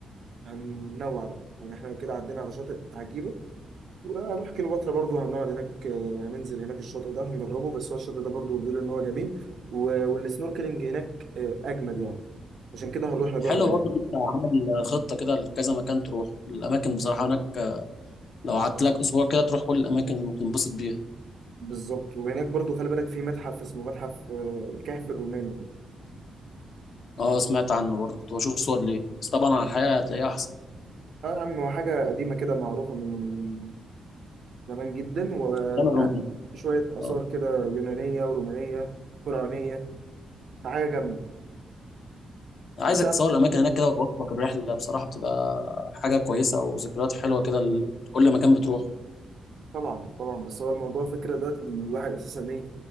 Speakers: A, on the right; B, on the left.
A: هننوع بقى يعني احنا كده عدينا على شاطئ عجيبة وهنروح كليوباترا برضو هنقعد هناك آه، هننزل هناك الشاطئ ده هنجربه بس هو الشاطئ ده برضو بيقولوا ان هو جميل و- والسنوركلينج هناك آه، اجمد يعني عشان كده هنروح نجرب
B: حلو
A: هناك
B: برضه إن انت عامل خطه كده لكذا مكان تروح الاماكن بصراحه هناك لو قعدت لك اسبوع كده تروح كل الاماكن وتنبسط بيها
A: بالظبط وهناك برضو خلي بالك في متحف اسمه متحف آه، الكهف الروماني
B: اه سمعت عنه برضه كنت بشوف صور ليه بس طبعا على الحقيقه هتلاقيها احسن
A: اه يا عم هو حاجة قديمة كده معروفة من زمان جدا ويعني
B: ايام الرومية
A: شوية آثار
B: اه
A: كده يونانية ورومانية فرعونية حاجة جامدة
B: عايزك
A: بس يا عم
B: تصور الاماكن هناك كده وتوثق الرحله بصراحه بتبقى حاجه كويسه وذكريات حلوه كده لكل مكان بتروح
A: طبعا طبعا بس هو الموضوع فكرة دلوقتي ان الواحد اساسا ايه